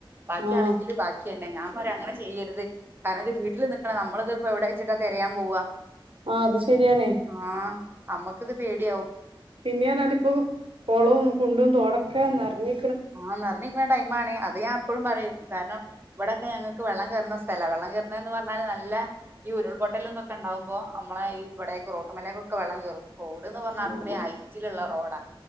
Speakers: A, on the right; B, on the right.
A: ബാക്കിയാണെങ്കിൽ
B: ആഹ്
A: ബാ ക്കെന്നെ ഞാൻ പറയാ അങ്ങനെ ചെയ്യരുത് കാരണംത് വീട്ടിൽ നിക്കണ നമ്മളത്പ്പോ എവിടെ ച്ചിട്ടാ തിരയാൻ പോവ
B: ആഹ് അത് ശരിയാണേ.
A: ആഹ് അമ്മക്കത് പേടിയാവും.
B: പിന്നെർഞ്ഞാണ്ട് നാല പ്പോ കുളവും കുണ്ടും തോടക്കെ നിറഞ്.
A: ആഹ് നിറഞ്ഞക്ണ ടൈം ആണ് അത് ഞാൻ എപ്പോഴും പറയും കാരണം. ഇവിടെക്കെ ഞങ്ങക്ക് വെള്ളം കേർണ സ്ഥല വെള്ളം കേർണെന്ന് പറഞ്ഞാല് നല്ല ഈ ഉരുൾപൊട്ടലും തൊക്കെണ്ടാവുമ്പോ. അമ്മളെ ഇ ഇബടെക് റോട്ടുമലേക്കൊക്കെ വെള്ളം കേറും. റോഡന്ന് പറഞ്ഞാ
B: ആഹ്
A: അത്രയും ഹൈറ്റില്ള്ള റോഡാ